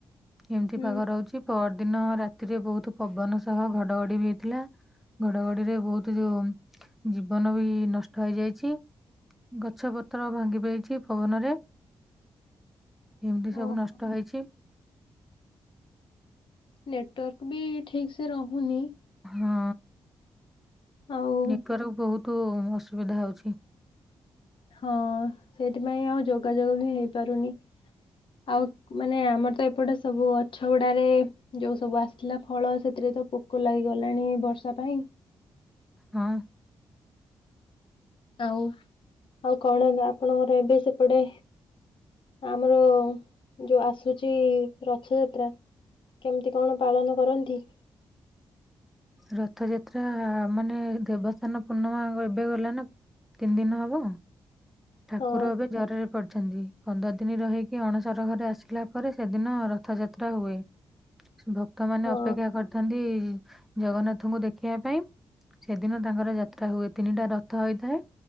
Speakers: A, in the centre; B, on the left.
A: ଏମିତି
B: ହୁଁ
A: ପାଗ ରହୁଛି, ପରଦିନ ରାତିରେ ବହୁତ ପବନ ସହ ଘଡଘଡି ବି ହେଇଥିଲା। ଘଡଘଡିରେ ବହୁତ ଯୋଉ ଜୀବନ ବି ନଷ୍ଟ ହେଇଯାଇଚି। ଗଛ ପତ୍ର ଭାଙ୍ଗି ପାଇଛି ପବନରେ। ଏମିତି ସବୁ
B: ଓହୋ
A: ନଷ୍ଟ ହେଇଛି।
B: ନେଟୱାର୍କ ବି ଠିକ ସେ ରହୁନି।
A: ହଁ।
B: ଆଉ
A: ନେଟୱାର୍କ ବହୁତ ଅସୁବିଧା ହଉଛି।
B: ହଁ ସେଇଥିପାଇଁ ଆଉ ଯୋଗାଯୋଗ ବି ହେଇପାରୁନି। ଆଉ ମାନେ ଆମର ତ ଏପଟେ ସବୁ ଗଛ ଗୁଡାରେ ଯୋଉ ସବୁ ଆସି ଥିଲା ଫଳ ସେଥିରେ ତ ପୋକ ଲାଗିଗଲାଣି ବର୍ଷା ପାଇଁ।
A: ହଁ।
B: ଆଉ ଆଉ କଣ ହେଲା ଆପଣଙ୍କର ଏବେ ସେପଟେ? ଆମର ଯୋଉ ଆସୁଛି ରଥଯାତ୍ରା କେମିତି କଣ ପାଳନ କରନ୍ତି?
A: ରଥଯାତ୍ରା ମାନେ ଦେବସ୍ଥାନ ପୂର୍ଣ୍ଣିମା ଏବେ ଗଲା ନା ତିନି ଦିନ ହବ। ଠାକୁର
B: ହଁ
A: ଏବେ ଜରରେ ପଡିଛନ୍ତି। ପନ୍ଦର ଦିନ ରହିକି ଅଣସର ଘରେ ଆସିଲା ପରେ ସେଦିନ ରଥଯାତ୍ରା ହୁଏ। ଭକ୍ତ ମାନେ
B: ହଁ
A: ଅପେକ୍ଷା କରିଥାନ୍ତି ଜଗନ୍ନାଥଙ୍କୁ ଦେଖିବା ପାଇଁ ସେଦିନ ତାଙ୍କର ଯାତ୍ରା ହୁଏ। ତିନିଟା ରଥ ହୋଇଥାଏ